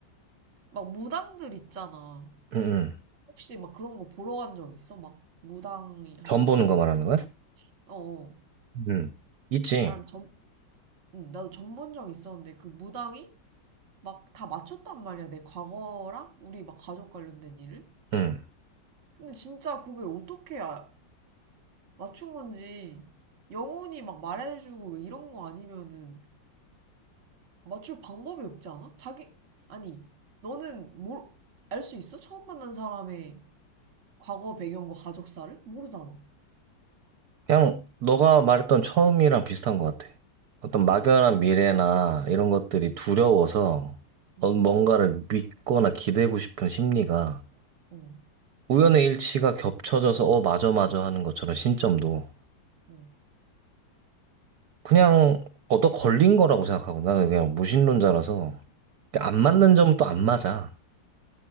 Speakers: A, on the right; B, on the right.
A: 막 무당들 있잖아.
B: 응, 응.
A: 혹시 막 그런 거 보러 간 적 있어? 막 무당이 한테
B: 전
A: 점
B: 보는 거
A: 같은
B: 말하는 거야?
A: 거? 어어.
B: 응, 있지.
A: 난 점, 응, 나도 점 본 적 있었는데 그 무당이 막 다 맞췄단 말이야. 내 과거랑 우리 막 가족 관련된 일을.
B: 응.
A: 근데 진짜 그게 어떻게 아- 맞춘 건지 영혼이 막 말해주고 왜 이런 거 아니면은 맞출 방법이 없지 않아? 자기, 아니, 너는 뭘, 알 수 있어? 처음 만난 사람의 과거 배경과 가족사를? 모르잖아.
B: 그냥 너가 말했던 처음이랑 비슷한 것 같아. 어떤
A: 어떤?
B: 막연한 미래나 이런 것들이
A: 어,
B: 두려워서
A: 응,
B: 어, 뭔가를 믿거나 기대고 싶은 심리가
A: 어,
B: 우연의 일치가 겹쳐져서 어, 맞아, 맞아 하는 것처럼 신점도
A: 어.
B: 그냥 얻어 걸린 거라고 생각하고 나는 그냥 무신론자라서 안 맞는
A: 얻어
B: 점은
A: 걸린
B: 또 안 맞아.
A: 거야.